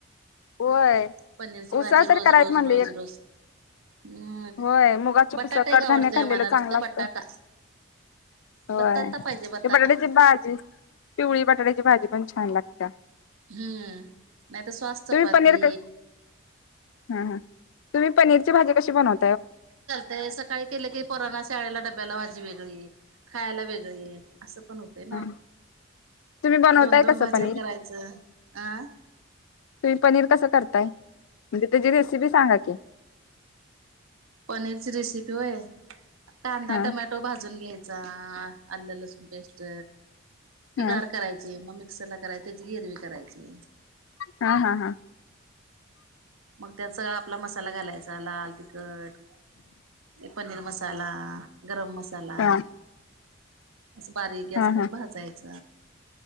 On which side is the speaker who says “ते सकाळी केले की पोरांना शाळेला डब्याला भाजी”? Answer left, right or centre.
Right